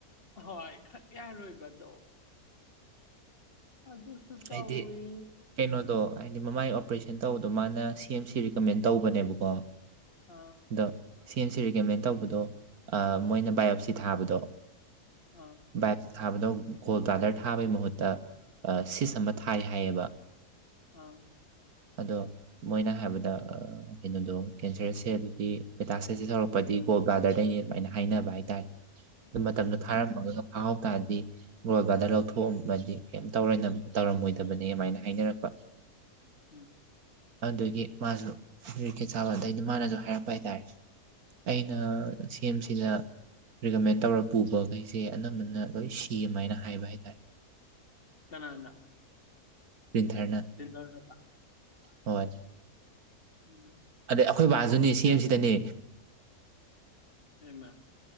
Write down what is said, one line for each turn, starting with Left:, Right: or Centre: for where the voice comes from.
Left: ꯍꯣꯏ ꯈꯛ ꯌꯥꯔꯣꯏꯕꯗꯣ ꯑꯗꯨꯁꯨ ꯇꯧꯋꯤ
Right: ꯍꯥꯏꯗꯤ ꯀꯩꯅꯣꯗꯣ ꯍꯥꯏꯗꯤ ꯃꯃꯥꯏꯒꯤ ꯑꯣꯄꯔꯦꯁꯟ ꯇꯧꯕꯗꯣ ꯃꯥꯅ ꯁꯤ ꯑꯦꯝ ꯁꯤ ꯔꯤꯀꯃꯦꯟ ꯇꯧꯕꯅꯦꯕꯀꯣ
Left: ꯑꯥ
Right: ꯑꯗꯣ ꯁꯦꯝ ꯑꯁꯤ ꯔꯤꯀꯃꯦꯟ ꯇꯧꯕꯗꯣ ꯃꯣꯏꯅ ꯕꯥꯏꯑꯣꯞꯁꯤ ꯊꯥꯕꯗꯣ
Left: ꯑꯥ
Right: ꯕꯥꯏꯑꯣꯞꯁꯤ ꯊꯥꯕꯗꯣ ꯒꯣꯜ ꯥꯗꯔ ꯊꯥꯕꯩ ꯃꯍꯨꯠꯇ ꯁꯤꯁ ꯑꯃ ꯊꯥꯏ ꯍꯥꯏꯌꯦꯕ
Left: ꯑꯥ
Right: ꯑꯗꯣ ꯃꯣꯏꯅ ꯍꯥꯏꯕꯗ ꯀꯩꯅꯣꯗꯣ ꯀꯦꯟꯁꯔꯁꯦ ꯑꯗꯨꯗꯤ ꯄꯦꯇꯥꯁꯦꯁꯦ ꯇꯧꯔꯛꯄ ꯗꯤ ꯒꯣꯜ ꯗꯔꯗꯩꯅꯤ ꯑꯗꯨꯃꯥꯏꯅ ꯍꯥꯏꯅꯕ ꯍꯥꯏꯇꯥꯔꯦ ꯑꯗꯨ
Left: ꯎꯝ
Right: ꯃꯇꯝꯗꯣ ꯊꯥꯔꯝꯃꯒ ꯐꯥꯍꯥꯎ ꯇꯥꯔꯗꯤ ꯒꯣꯏꯕꯗ ꯂꯧꯊꯣꯛꯑꯝꯃꯗꯤ ꯀꯩꯝ ꯇꯧꯔꯣꯏ ꯇꯧꯔꯝꯃꯣꯏꯗꯕꯅꯦ ꯑꯗꯨꯃꯥꯏꯅ ꯍꯥꯏꯅꯔꯛꯄ
Left: ꯎꯝ
Right: ꯑꯗꯨꯒꯤ ꯃꯥꯁꯨ ꯀꯔꯤꯀꯦꯠ ꯁꯥꯕ ꯑꯗꯩꯗꯤ ꯃꯥꯅꯁꯨ ꯍꯥꯏꯔꯛꯄ ꯍꯥꯏꯇꯥꯔꯦ ꯑꯩꯅ ꯁꯤ ꯑꯦꯝ ꯁꯤꯗ ꯔꯤꯀꯃꯦꯟ ꯇꯧꯔ ꯄꯨꯕꯈꯩꯁꯦ ꯑꯅꯝꯕꯅ ꯂꯣꯏ ꯁꯤꯃꯥꯏꯅ ꯍꯥꯏꯕ ꯍꯥꯏ ꯇꯔꯦ
Left: ꯀꯅꯥ
Right: ꯄ꯭ꯔꯤꯟꯊꯔꯅ
Left: ꯁꯤꯟꯗꯔꯗ
Right: ꯍꯣꯏ
Left: ꯎꯝ
Right: ꯑꯗꯩ ꯑꯩꯈꯣꯏ ꯕꯥꯖꯅꯤ ꯁꯤ ꯑꯦꯝ ꯁꯤꯗꯅꯦ
Left: ꯍꯃ